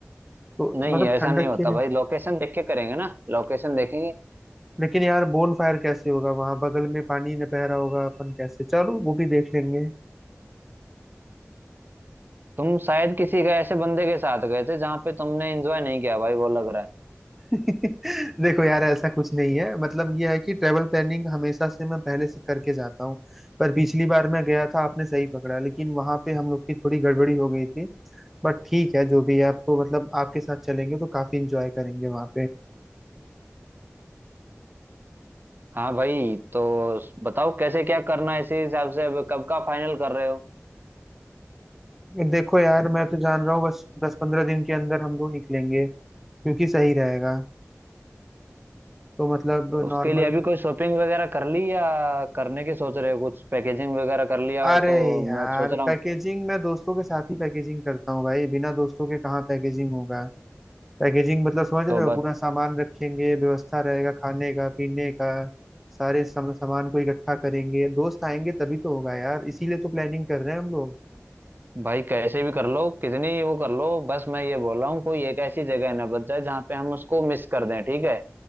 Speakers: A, in the centre; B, on the right.
A: तो
B: नहीं
A: मतलब
B: ऐसा
A: ठंडक
B: नहीं होता
A: के लिए
B: भाई लोकेशन देख के करेंगे ना लोकेशन देखेंगे
A: लेकिन यार बोन फायर कैसे होगा वहां बगल में पानी न बह रहा होगा अपन कैसे चलो वो भी देख लेंगे
B: तुम शायद किसी का ऐसे बंदे के साथ गए थे जहां पे तुमने एंजॉय नहीं किया भाई वो लग रहा है
A: <laughs> देखो यार ऐसा कुछ नहीं है मतलब ये है कि ट्रेवल प्लानिंग हमेशा से मैं पहले से करके जाता हूँ पर पिछली बार मैं गया था आपने सही पकड़ा लेकिन वहां पे हम लोग की थोड़ी गड़बड़ी हो गई थी बट ठीक है जो भी है आप तो मतलब आपके साथ चलेंगे तो काफी इंजॉय करेंगे वहां
B: हाँ भाई तो बताओ कैसे क्या करना है इसी हिसाब से अब कब का फाइनल कर रहे हो
A: देखो यार मैं तो जान रहा हूँ बस दस पंद्रह दिन के अंदर हम लोग निकलेंगे क्योंकि सही रहेगा तो मतलब
B: तो
A: नॉर्मल
B: उसके लिए अभी कोई शॉपिंग वगैरह कर ली या करने की सोच रहे हो कुछ पैकेजिंग वगैरह कर लिया हो
A: अरे
B: तो
A: यार
B: मैं सोच रहा
A: पैकेजिंग
B: हूँ
A: मैं दोस्तों के साथ ही पैकेजिंग करता हूँ भाई बिना दोस्तों के कहाँ पैकेजिंग होगा पैकेजिंग मतलब समझ रहे
B: तो बत
A: हो पूरा सामान रखेंगे व्यवस्था रहेगा खाने का पीने का सारे सम, सामान को इकट्ठा करेंगे दोस्त आएंगे तभी तो होगा यार इसीलिए तो प्लानिंग कर रहे हैं हम लोग
B: भाई कैसे भी कर लो कितनी वो कर लो बस मैं ये बोल रहा हूँ कोई एक ऐसी जगह ना बच जाए जहाँ पे हम उसको मिस कर दें ठीक है